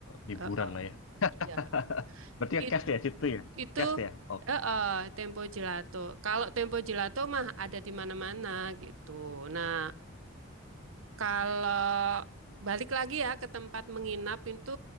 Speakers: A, on the left; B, on the right.
A: liburan
B: Heeh.
A: lah ya. <laughs>
B: Iya.
A: Berarti ya
B: It-
A: cash ya situ ya,
B: itu
A: cash ya. Oke.
B: heeh, Tempo Gelato. Kalau Tempo Gelato mah ada di mana-mana gitu. Nah, Kalau balik lagi ya ke tempat menginap itu,